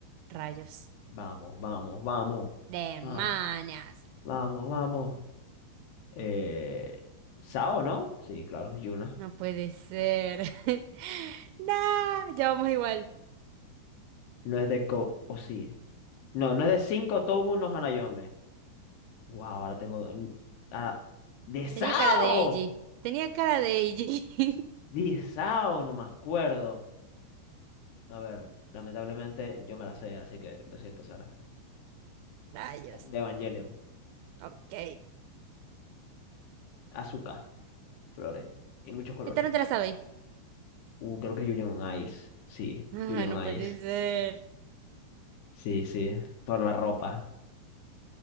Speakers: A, on the right; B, on the left.
A: Rayos.
B: Vamos, vamos, vamos.
A: Demonios.
B: Vamos, vamos, vamos. Eh, Sao, ¿no? Sí, claro, es Yuna.
A: No puede ser. <laughs> Nah, ya vamos igual.
B: No es de Ko... O sí. No, no es de 5 Tobu no Hanayome. Wow, ahora tengo... do- n- Ahora... ¡De Sao!
A: Tenía cara de Eiji. Tenía cara de Eiji. <laughs>
B: ¡De Sao! No me acuerdo. A ver, lamentablemente yo me la sé, así que lo siento, Sara.
A: Rayos.
B: De Evangelion.
A: Ok.
B: Azúcar, flores. Y muchos colores.
A: Esta no te la sabéis.
B: Uh, creo que es Julian on Ice. Sí,
A: Ah,
B: Julian
A: no
B: on
A: puede
B: Ice.
A: ser.
B: Sí, sí, por la ropa.